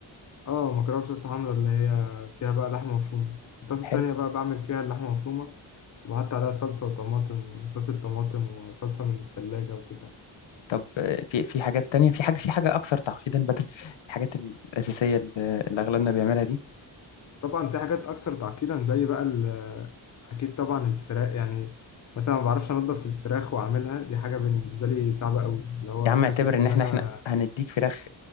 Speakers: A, on the left; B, on the left.
A: اه مكرونة بصلصة حمرا اللي هي فيها بقى لحمة مفرومة الطاسة
B: حلو
A: التانية بقى بعمل فيها اللحمة مفرومة وبحط عليها صلصة وطماطم صلصة طماطم وصلصة من التلاجة وكده يعني.
B: طب اه، في في حاجات تانية في حاجه في حاجه اكثر تعقيدا بدل الحاجات الاساسيه اللي, اللي اغلبنا بيعملها دي
A: طبعا في حاجات اكثر تعقيدا زي بقى ال- اكيد طبعا الفراخ يعني مثلا ما بعرفش انضف الفراخ واعملها دي حاجه بالنسبه لي صعبه قوي اللي هو
B: يا عم
A: في قصه
B: اعتبر ان
A: ان
B: احنا
A: انا
B: احنا هنديك فراخ